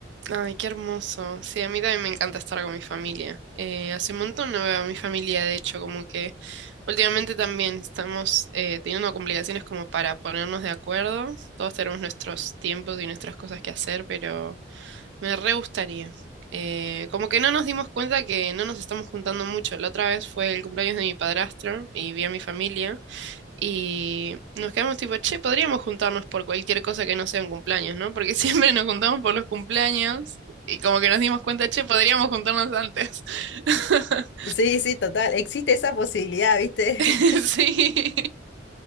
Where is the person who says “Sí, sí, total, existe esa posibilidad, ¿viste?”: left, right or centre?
Left